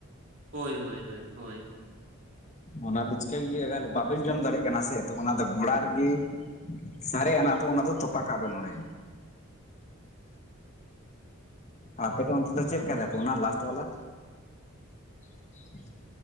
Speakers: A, on the right; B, on the left.
A: ᱦᱳᱭ ᱦᱳᱭ ᱦᱳᱭ ᱦᱳᱭ᱾
B: ᱚᱱᱟ ᱫᱚ ᱪᱤᱠᱟᱹ ᱜᱮ ᱟᱜᱟᱨ ᱵᱟᱵᱮᱱ ᱡᱚᱢ ᱫᱟᱲᱮᱜ ᱠᱟᱱᱟ ᱥᱮ ᱚᱱᱟ ᱫᱚ ᱜᱚᱲᱟ ᱨᱮᱜᱮᱼᱼ ᱥᱟᱨᱮᱡ ᱟᱱᱟᱜ ᱫᱚ ᱚᱱᱟ ᱫᱚ ᱛᱚᱯᱟ ᱠᱟᱜ ᱵᱮ ᱚᱸᱰᱮ᱾ ᱟᱯᱮ ᱫᱚ ᱚᱱᱛᱮ ᱫᱚ ᱪᱮᱫ ᱞᱮᱠᱟᱭ ᱫᱟᱯᱮ ᱚᱱᱟ ᱞᱟᱥᱴ ᱵᱟᱞᱟ? <inaudible>